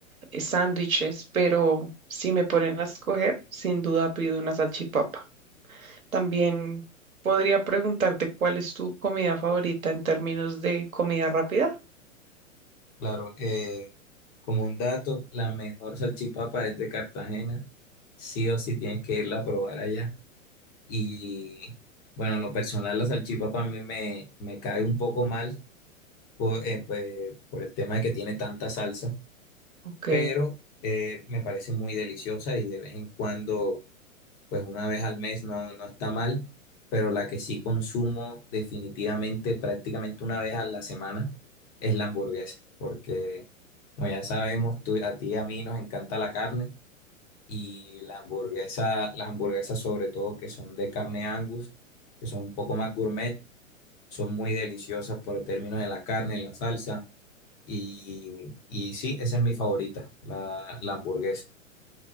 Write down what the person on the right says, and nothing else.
eh, sándwiches, pero si me ponen a escoger, sin duda pido una salchipapa. También podría preguntarte cuál es tu comida favorita en términos de comida rápida.
Ok.